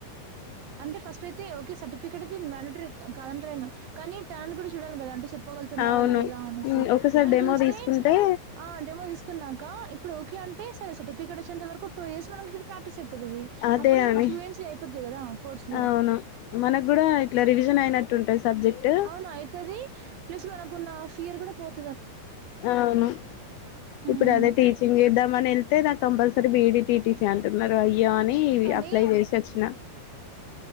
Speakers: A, on the right; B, on the left.
A: అంటే ఫస్ట్ అయితే ఓకే సర్టిఫికేట్ అయితే మ్యడేట్రి కాదంటలేను. కానీ టాలెంట్ గూడా చూడాల గదంటే చెప్ గలుతున్నారా
B: అవును
A: లేదా అనేసి.
B: ఒకసారి
A: అలా
B: డెమో
A: చూస్తే
B: తీసుకుంటే
A: ఆ డేమో తీసుకున్నాక. ఇప్పుడ్ ఓకే అంటే. స సర్టిఫికేట్ వచ్చేంత వరకు టూ ఇయర్స్ మనం ఇది ప్రాక్టీస్ అయిపోతది.
B: అదే
A: అప్పుడు ఇంగా
B: అని
A: ఫ్లూయన్సీ అయిపోద్ ది కదా కోర్స్ లో
B: అవును మనకు కూడా ఇట్లా రివిజన్ అయినట్టుంటది సబ్జెక్ట్
A: అవును అయితది. ప్లస్ మనకున్న ఫియర్ కూడా పోత్
B: అవును ఇప్పుడు
A: ఉమ్.
B: అదే టీచింగ్ చేద్దామని ఏళ్తే నాకు compulsory B, E. D T. T. C అంటున్నారు. అయ్యో అని ఇది
A: కానీ
B: అప్లై చేసోచ్చిన.